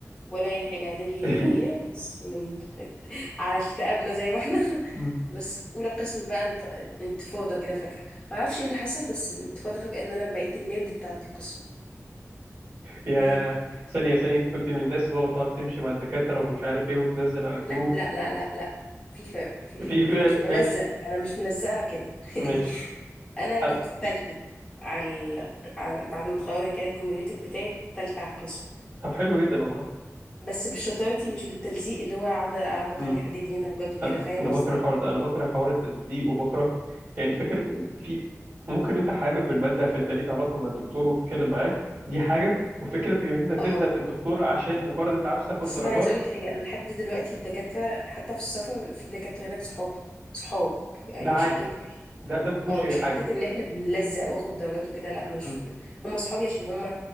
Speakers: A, on the left (about 15°); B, on the right (about 40°).
A: ولا اي حاجه اعدادي
B: <laughs>
A: هي هي بس من <laughs> على اكتئابنا زي ما احنا
B: مم.
A: <laughs> بس في اولى قسم بقى انت... انتفاضه كده فجاه ما اعرفش ايه اللي حصل بس الانتفاضه فجاه ان انا بقيت النبض بتاعه القسم
B: يا
A: امم
B: ثانية ثانية انت كنت من الناس اللي هو بتقعد تمشي مع الدكاترة ومش عارف ايه وتنزل على الجروب
A: لا لا لا لا لا في فرق في فرق
B: في
A: ما
B: في
A: انا مش
B: ماشي
A: ملزق انا مش ملزقه كده <laughs>
B: ماشي
A: يعني انا كنت
B: أنا-
A: التالتة على, ال- على... بعد ما اتخرجنا كده الكوميونيتيف بتاعي التالتة على القسم
B: طب حلو جدا والله
A: بس بشطارتي مش بالتلزيق اللي هو اقعد اقعد اخلي
B: مم.
A: حد يديني درجات وكده
B: انا
A: فاهم
B: انا
A: قصدي
B: بكره الحوار ده انا بكره حوار التلزيق وبكره يعني فكره ال- في ممكن انت حابب الماده فانت ليك علاقه مع الدكتور وبتتكلم معاه دي حاجه وفكره انك انت
A: اه
B: تلزق في الدكتور عشان مجرد انت عاوز تاخد
A: بس
B: درجات
A: انا عايزه اقول لك حاجه انا لحد دلوقتي الدكاتره حتى في السفر في دكاتره هناك صحابي صحاب يعني
B: ده عادي
A: مش حكايه
B: ده ده ما فيهوش
A: اه مش
B: اي حاجه
A: حته ان احنا بنلزق واخد درجات وكده لا مش
B: إمم.
A: هم صحابي عشان هم